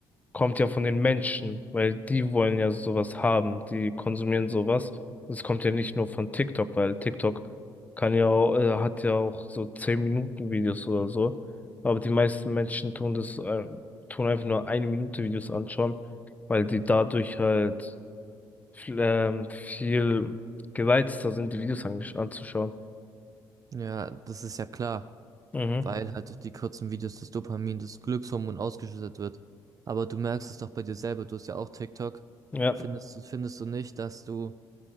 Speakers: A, on the left; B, on the right.
A: kommt ja von den Menschen, weil die wollen ja sowas haben, die konsumieren sowas. Das kommt ja nicht nur von TikTok, weil TikTok kann ja auch, äh, hat ja auch so 10 Minuten Videos oder so. Aber die meisten Menschen tun das, äh, tun einfach nur eine Minute Videos anschauen, weil die dadurch halt viel, ähm, viel gereizter sind, die Videos angesch- anzuschauen.
B: ja, das ist ja klar.
A: Mhm,
B: weil halt durch die kurzen Videos das Dopamin, das Glückshormon ausgeschüttet wird. Aber du merkst es doch bei dir selber, du hast ja auch TikTok.
A: ja.
B: Findest du, findest du nicht, dass du,